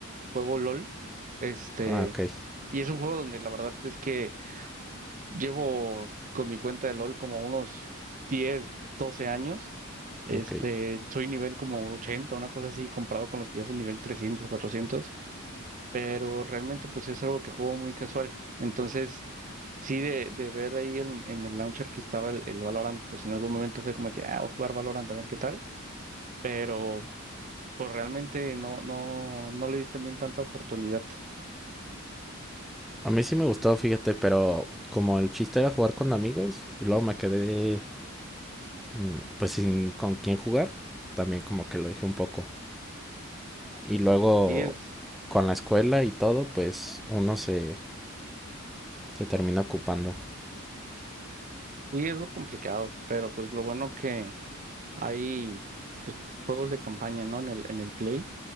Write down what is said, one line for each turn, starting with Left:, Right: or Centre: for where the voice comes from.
Right: Juego LOL. Este,
Centre: Ah, ok,
Right: y es un juego donde la verdad es que Llevo con mi cuenta de LOL como unos diez 12 años. Este,
Centre: ok.
Right: soy nivel como ochenta una cosa así, comparado con los que ya son nivel trescientos cuatrocientos pero realmente pues es algo que juego muy casual. Entonces, sí, de, de ver ahí en, en el launcher que estaba el, el Valorant, pues en algún momento fue como que, ah, voy a jugar Valorant a ver qué tal, pero pues realmente no, no, no le di también tanta oportunidad.
Centre: A mí sí me gustó, fíjate, pero como el chiste era jugar con amigos y luego me quedé mm, pues sin con quién jugar, también como que lo dejé un poco. Y luego
Right: Y es,
Centre: con la escuela y todo, pues uno se, se termina ocupando.
Right: y es lo complicado, pero pues lo bueno que Hay pues, juegos de campaña, ¿no? En el, en el Play